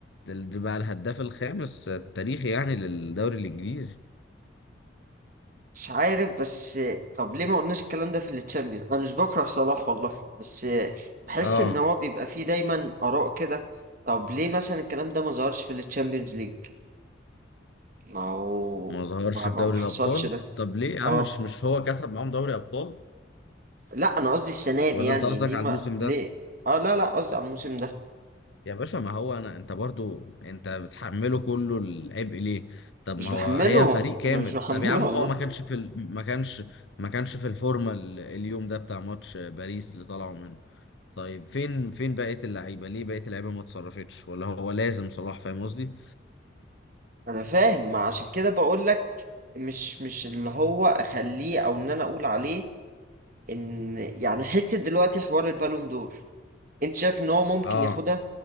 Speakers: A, on the left; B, on the right.
A: ال- بقى الهداف الخامس التاريخي يعني للدوري الانجليزي
B: مش عارف بس طب ليه ما قلناش الكلام ده في التشامبيون انا مش بكره صلاح والله بس بحس
A: اه
B: ان هو بيبقى فيه دايما اراء كده طب ليه مثلا الكلام ده ما ظهرش في التشامبيونز ليج ما هو
A: ما ظهرش
B: ما ما
A: في دوري
B: ما حصلش
A: الابطال
B: ده
A: طب ليه يا عم
B: اه
A: مش مش هو كسب معاهم دوري ابطال
B: لا انا قصدي السنه دي
A: ولا
B: يعني
A: انت قصدك
B: ليه
A: على
B: ما
A: الموسم
B: ليه
A: ده
B: اه لا لا قصدي على الموسم ده
A: يا باشا ما هو انا انت برضو انت بتحمله كله العبء ليه طب
B: مش
A: ما
B: بحمله
A: هو هي فريق كامل
B: مش بحمله
A: طب يا عم
B: والله
A: هو ما كانش في ال... ما كانش ما كانش في الفورمه ال- اليوم ده بتاع ماتش باريس اللي طلعوا منه طيب فين فين بقيه اللعيبه ليه بقيه اللعيبه ما اتصرفتش ولا هو لازم صلاح فاهم قصدي
B: انا فاهم ما عشان كده بقول لك مش مش اللي هو اخليه او ان انا اقول عليه ان يعني حته دلوقتي حوار البالون دور انت شايف ان هو ممكن
A: اه
B: ياخدها